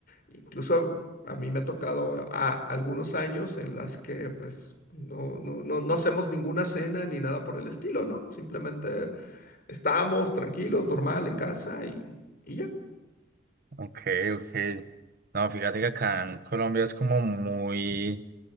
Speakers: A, on the left; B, on the right.
A: incluso a, a mí me ha tocado a, algunos años en las que pues... No, no, no, no hacemos ninguna cena ni nada por el estilo, ¿no? Simplemente estamos tranquilos, normal, en casa y, y ya.
B: Ok, ok. No, fíjate que acá en Colombia es como muy,